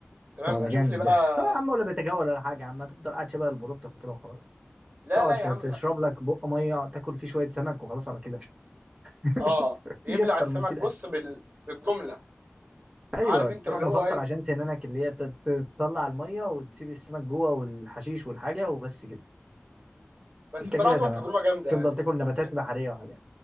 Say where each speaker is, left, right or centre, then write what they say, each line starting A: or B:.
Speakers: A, on the right (about 45°); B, on the right (about 15°).
A: تمام
B: اه ده
A: اشوف
B: جامد
A: لي بقى
B: ده لا يا عم ولا بيتجول ولا حاجه يا عم هتفضل قاعد شبه البروتة كده وخلاص
A: لا
B: تقعد
A: لا
B: تشرب
A: يا عم لا
B: لك بق ميه تاكل فيه شويه سمك وخلاص على كده <laughs>
A: اه يبلع
B: مفيش اكتر
A: السمك
B: من كده
A: بص بال... بالجمله
B: ايوه
A: عارف انت
B: تروح
A: اللي
B: مفلتر
A: هو ايه
B: عشان سنانك اللي هي تت- تطلع الميه وتسيب السمك جوه والحشيش والحاجه وبس كده
A: بس
B: انت
A: بصراحه
B: كده
A: تبقى
B: تمام
A: تجربه جامده
B: تفضل
A: يعني
B: تاكل
A: انت
B: نباتات
A: ممكن
B: بحريه وحاجات